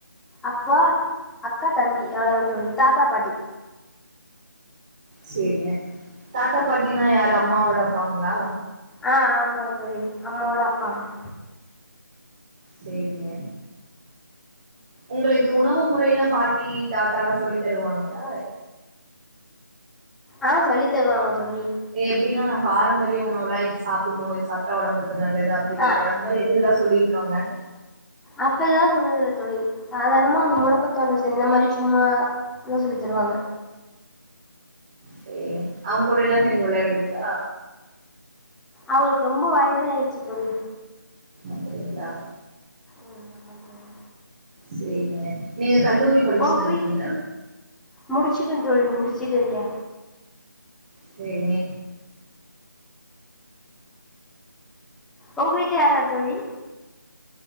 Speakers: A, in the centre; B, on the right.
A: அப்பா அக்கா தம்பி அவ்ளோதா தோழி தாத்தா பாட்டி
B: சேரிங்க தாத்தா பாட்டினா யாரு அம்மாவோட அப்பாங்ளா
A: ஆ ஆமா தோழி அம்மாவோட அப்பா அம்மா
B: சேரிங்க உங்களுக்கு உணவு முறைலா பாட்டி தாத்தலா சொல்லி தருவாங்களா
A: ஆ சொல்லி தருவாங்க தோழி
B: எப்டினா நா பாரம்பரிய உணவுலா இது சாப்புட்ணு இது சாப்ட்டா உடம்புக்கு நல்லது அப் அப்டி
A: ஆ
B: கேக்குறே அந்த மாரி எதுலா சொல்லிருக்காங்க
A: அப்பிலா சொன்னது இல்ல தோழி சாதாரணமா அந்த முடக்கத்தான் இந்த மாரி சும்மா இப்டிதா சொல்லி தருவாங்க
B: சேரிங்க அவுங்கூட எலா சேந்து வெளாடுவீங்களா
A: அவுங்ளுக்கு ரொம்ப வயதாயிருச்சு தோழி
B: அப்டிங்ளா
A: ம் ஆமா தோழி
B: சேரிங்க நீங்க கல்லூரி படிச்சுட்ருக்கீங்களா
A: பொங்குவி முடிச்சுட்டே தோழி முடிச்சுட்டு இருக்கே
B: சேரிங்க
A: ஒங் வீட்ல யார் யார் தோழி